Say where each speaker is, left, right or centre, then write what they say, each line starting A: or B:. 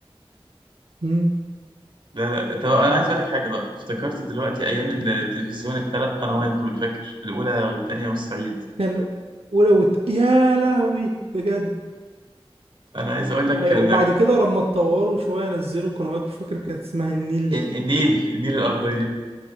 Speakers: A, on the right (about 85°); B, on the right (about 55°).
A: مم،
B: لا لا طب أنا
A: مم.
B: عايز أقول لك حاجة بقى افتكرت دلوقتي أيام التلفزيون الثلاث قنوات دول فاكر الأولى والثانية والصعيد
A: كان ولو ت- يا لهوي بجد
B: انا عايز اقول لك
A: ايوه
B: ان
A: وبعد
B: إن-
A: كده لما اتطوروا شويه نزلوا قنوات مش فاكر كانت اسمها النيل
B: النيل
A: ايه
B: النيل الارضيه